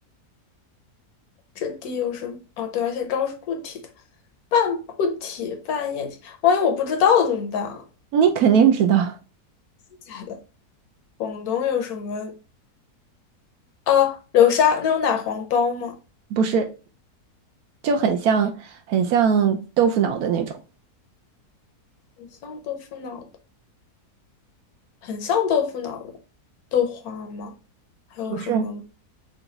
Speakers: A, on the left (about 70°); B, on the right (about 70°).
A: 质地又是哦，对，而且膏是固体的，半固体半液体，万一我不知道怎么办啊？
B: 你肯定知道，
A: 假的，广东有什么啊？流沙那种奶黄包吗？
B: 不是。就很像很像豆腐脑的那种，
A: 很像豆腐脑的，很像豆腐脑的，豆花吗？还有什么吗
B: 不是，